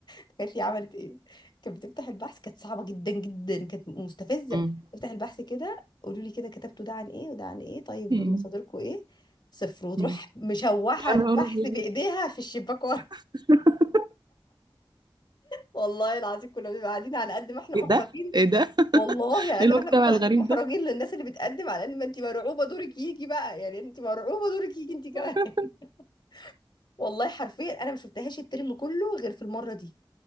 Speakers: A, on the left; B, on the right.
A: تخيلي عملت ايه كانت بتفتح البحث كانت صعبة جدا جدا كانت مستفزة
B: امم
A: افتح البحث كده قولوا لي كده كتبتوا ده عن ايه وده عن ايه طيب
B: مم.
A: مصادركم ايه صفر وتروح
B: مم.
A: مشوحة
B: يا نهار
A: البحث
B: أبيض
A: بإيديها في الشباك ورا <laughs>
B: <laughs>
A: والله العظيم كنا بنبقى قاعدين على قد ما احنا
B: ايه
A: محرجين
B: ده ايه ده <laughs>
A: والله على قد
B: ايه المجتمع
A: ما احنا محرج-
B: الغريب
A: محرجين
B: ده
A: للناس اللي بتقدم على ان ما انت مرعوبة دورك يجي بقى يعني انت مرعوبة دورك يجي انت كمان
B: <laughs>
A: <laughs> والله حرفيا انا ما شفتهاش الترم كله غير في المرة دي